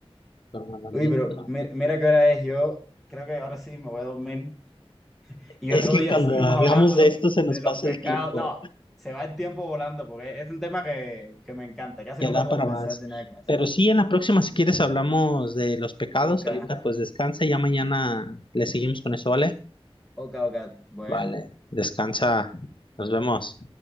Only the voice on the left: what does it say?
programamiento.
Es
que
cuando
hablamos
de esto se nos
pasa
el tiempo,
que
da
para
más.
Pero sí, en la próxima, si quieres, hablamos de los pecados.
Ahorita pues descansa, ya mañana le seguimos con eso, ¿vale?
Vale, descansa, nos vemos.